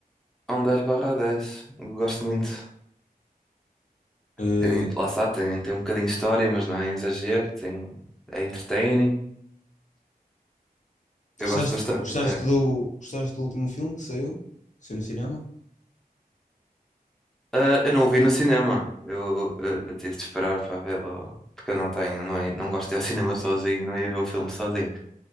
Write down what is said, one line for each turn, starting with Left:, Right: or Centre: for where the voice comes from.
Centre: é um dez barra dez Eu Gosto muito.
Left: Eh,
Centre: Tem, lá está, tem, tem um bocadinho de história, mas não é exagero. Tem, é entertaining. Eu
Left: Gostaste,
Centre: gosto bastante
Left: gostaste
Centre: até.
Left: do, gostaste do último filme que saiu? Que saiu no cinema?
Centre: Ah, eu não o vi no cinema. Eu, eu, eu tive de esperar para vê-lo. Porque eu não tenho, não, é- não gosto de ir ao <laughs> cinema sozinho, não ia ver o filme sozinho.